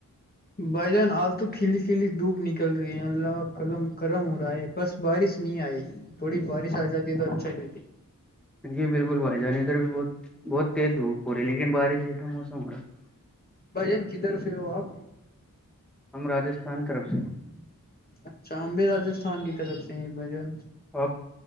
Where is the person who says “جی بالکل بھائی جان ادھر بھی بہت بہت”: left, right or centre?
Centre